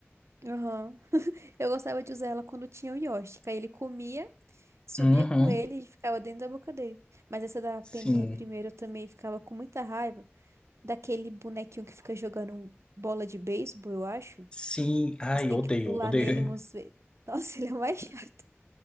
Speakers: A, on the right (about 80°); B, on the left (about 20°).
A: Aham. <laughs> Eu gostava de usar ela quando tinha o Yoshi. que Aí ele comia, subia
B: Uhum.
A: com ele e ficava dentro da boca dele. Mas essa da peninha
B: Sim,
A: primeiro eu também ficava com muita raiva. daquele bonequinho que fica jogando bola de beisebol, eu acho.
B: sim, ai,
A: Você tem
B: eu odeio,
A: que pular
B: odeio.
A: nele umas vezes. <laughs> Nossa, ele é o mais chato,